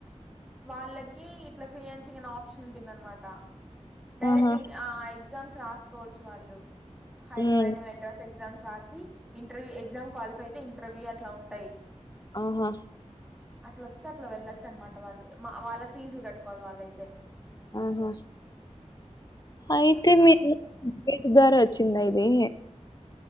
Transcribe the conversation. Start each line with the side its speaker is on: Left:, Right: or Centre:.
Centre: వాళ్ళకి ఇట్లా ఫీయాన్సింగ్ అనే ఆప్షన్ ఉంటుంది అనమాట డైరెక్ట్
Left: ఆహా
Centre: ఎగ్జామ్స్ రాసుకోవచ్చు వాళ్ళు హైదరాబాద్
Left: ఉమ్
Centre: మెడ్రాస్ ఎగ్జామ్స్ రాసి ఇంటర్వ్యూ ఎగ్జామ్ క్వాలిఫై అయితే ఇంటర్వ్యూ అట్లా ఉంటాయి
Left: ఆహ
Centre: అట్లా వస్తే అట్లా వెళ్ళొచ్చు అన్నమాట వాళ్ళు మా వాళ్ళ ఫీజులు కట్టుకోవాలి వాళ్ళయితే
Left: ఆహా ఆయితే
Centre: అట్లా
Left: మీరు
Centre: ఉంటుందనమాట
Left: <unintelligible> ద్వారా వచింద ఇది